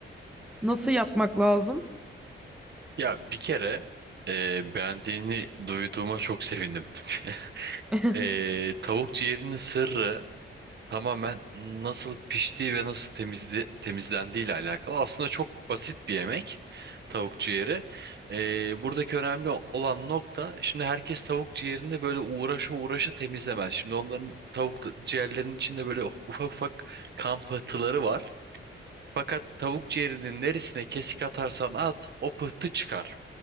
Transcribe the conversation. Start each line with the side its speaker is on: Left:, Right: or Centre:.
Centre: Nasıl yapmak lazım?
Right: Ya bir kere e, beğendiğini duyduğuma çok sevindim. <laughs>
Centre: <laughs>
Right: E, tavuk ciğerinin sırrı tamamen nasıl piştiği ve nasıl temizli, temizlendiği ile alakalı. Aslında çok basit bir yemek tavuk ciğeri. E, buradaki önemli olan nokta şimdi herkes tavuk ciğerini böyle uğraşı uğraşı temizlemez. Şimdi onların tavuk ciğerlerinin içinde böyle ufak ufak kan pıhtıları var. Fakat tavuk ciğerinin neresine kesik atarsan at o pıhtı çıkar.